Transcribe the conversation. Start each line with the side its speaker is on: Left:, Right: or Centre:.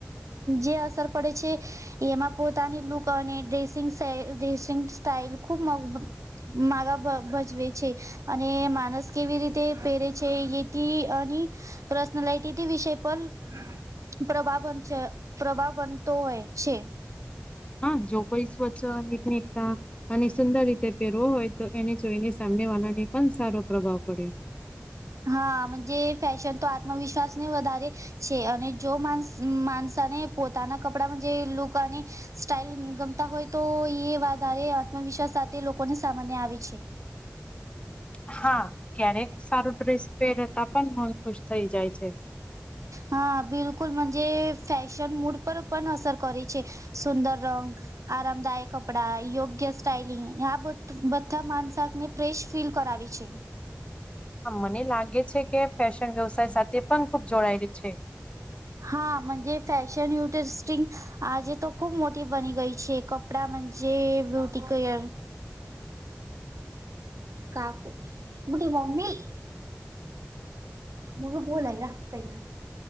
Right: જે અસર પડે છે. એમાં પોતાની લુક અને ડ્રેસિંગ ડ્રેસિંગ સ્ટાઈલ ખુબ. માગા ભ ભજવે છે. અને માણસ કેવી રીતે પહેરે છે, એથી અને- પર્સનલાટીટી વિષયે પણ. પ્રવાહ બનશે પ્રવાહ બનતો હોય છે.
Left: હાજો કોઈ સ્વચ્છ પીકનીકમા. અને સુંદર રીતે પહેરવો હોય, તો એને જોઈને સામને વાળાને પણ સારો પ્રભાવ પડ્યો.
Right: હા ફેશન તો આત્મવિશ્વાસને વધારે છે, અને જો માનસ માનસ. તને પોતાના કપડામાં જે લુક અને સ્ટાઇલ ગમતા હોય તો એ વાત, સારે આત્મવિશ્વાસ સાથે લોકોને સામાન્ય આવે છે,
Left: હા, ક્યારેક સારું ડ્રેસ પહેરતા પણ મન ખુશ થઈ જાય છે.
Right: હા, બિલકુલ મજે ફેશન મૂડ. ઉપર પણ અસર કરે છે, સુંદર રંગ આરામદાયક કપડાં યોગ્ય સ્ટાઈલિંગ આ બધા માનસાકને ફ્રેશ ફીલ કરાવે છે
Left: હા મને લાગે છે કે ફેશન વ્યવસાય સાથે પણ ખુબ જોડાયેલી છે
Right: હાજ ફેશન ટરિસ્ટિંગ આજે તો ખુબ મોટી બની ગઈ છે કપડા મજે બ્યુટિકયર કાકું મુટી મમ્મી મ બોલાય ગ પે